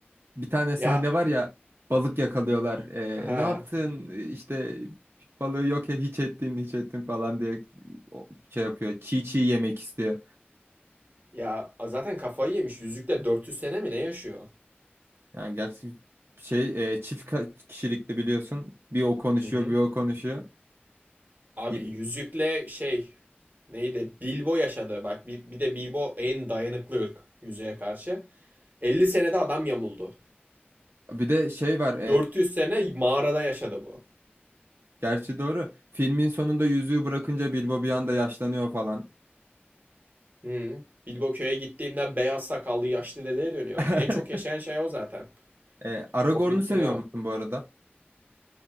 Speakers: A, on the right; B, on the right.
A: bir tane
B: Ya
A: sahne var ya balık yakalıyorlar. Ee,
B: ha
A: ne yaptın? Ee, işte balığı yok ya hiç ettin hiç ettin falan diye o- şey yapıyor. Çiğ çiğ yemek istiyor.
B: ya zaten kafayı yemiş. Yüzükle 400 sene mi ne yaşıyor?
A: Yani gerçi şey e, çift ka- kişilikli biliyorsun. Bir o konuşuyor
B: Hı hı.
A: bir o konuşuyor.
B: Abi
A: Ye-
B: yüzükle şey neydi? Bilbo yaşadı. Bak bir, bir de Bilbo en dayanıklı ırk yüzüğe karşı. 50 senede adam yamuldu.
A: Bir de şey var
B: 400 sene mağarada yaşadı bu.
A: Gerçi doğru. Filmin sonunda yüzüğü bırakınca Bilbo bir anda yaşlanıyor falan.
B: Hmm. Bilbo köye gittiğinde beyaz sakallı yaşlı dedeye dönüyor.
A: <laughs>
B: En çok yaşayan şey o zaten.
A: E, Aragorn'u
B: Hobbit
A: seviyor
B: mi ne o?
A: musun bu arada?